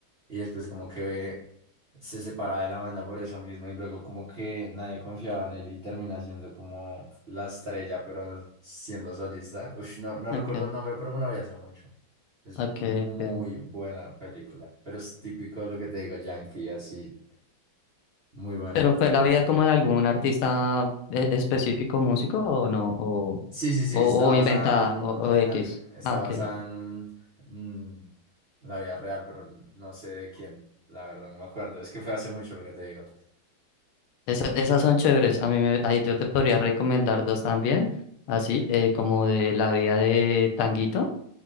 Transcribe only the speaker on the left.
ok,
ok,
ok.
¿Pero fue la vida como de algún artista e- específico músico o no? ¿O,
o,
o
inventada
o,
o X?
Ah,
ok,
Esa- esas son chéveres. A mí me- ahí yo te podría recomendar dos también. Así, eh, como de La vida de Tanguito.